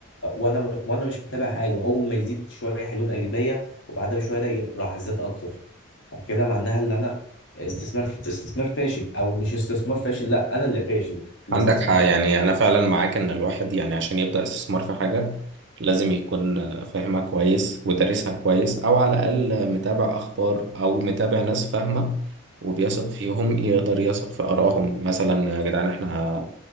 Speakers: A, on the left; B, on the right.
A: وانا وانا مش متابع حاجه واول ما يزيد شويه حلوين اجي بيع وبعدها بشويه الاقي راح زاد اكتر فكده معناها ان انا استثمار استثمار فاشل او مش استثمار فاشل لا انا اللي فاشل في
B: عندك
A: الاستثمار
B: حق يعني أنا فعلا معاك إن الواحد يعني عشان يبدأ استثمار في حاجة لازم يكون فاهمها كويس ودارسها كويس أو على الأقل متابع أخبار أو متابع ناس فاهمة وبيثق فيهم يقدر يثق في آرائهم مثلا يا جدعان إحنا